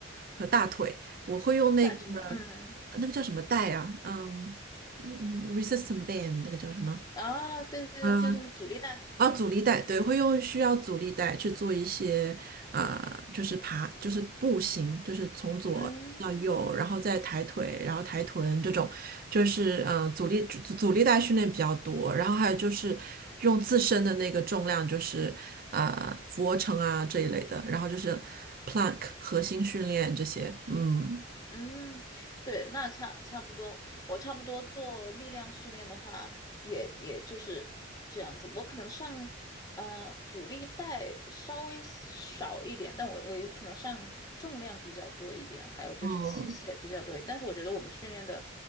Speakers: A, on the right (about 50°); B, on the left (about 20°).
A: 和大腿，我会用那个
B: 下肢力量，嗯，
A: 呃那个叫什么带啊，嗯嗯，resistant band 那个叫什么？
B: 啊，对对对，
A: 嗯。
B: 就是那阻力带，
A: 啊，阻力带，对，会用需要阻力带去做一些啊、就是爬，就是步行，就是从左到右，
B: 嗯。
A: 然后再抬腿，然后抬臀这种，就是嗯、呃阻力阻阻力带训练比较多，然后还有就是用自身的那个重量，就是啊，俯卧撑啊这一类的，然后就是 plank 核心训练这些，嗯
B: 嗯，对，那差差不多，我差不多做力量训练的话，也也就是这样子。我可能上呃阻力带稍微少一点，但我我也可能上重量比较多一点，还有就是器械比较多一点。
A: 嗯
B: 但是我觉得我们训练的，